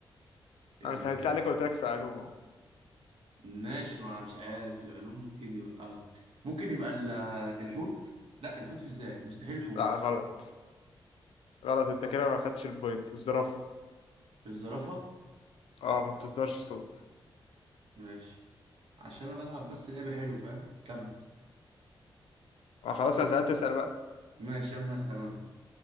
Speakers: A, on the right; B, on the left.
A: إيه...
B: انا سهلت عليك وقلت لك في العلوم اهو
A: ماشي ما مش عارف العلوم ممكن يبقى ممكن يبقى ال- الحوت لا الحوت ازاي مستحيل الحوت
B: لا غلط غلط انت كده ما خدتش البوينت الزرافة
A: الزرافة
B: اه ما بتصدرش صوت
A: ماشي عشان انا بلعب بس لعبة حلو فاهم كمل
B: ما خلاص
A: أقول
B: انا
A: لك.
B: سألت اسأل بقى.
A: ماشي انا هسأل انا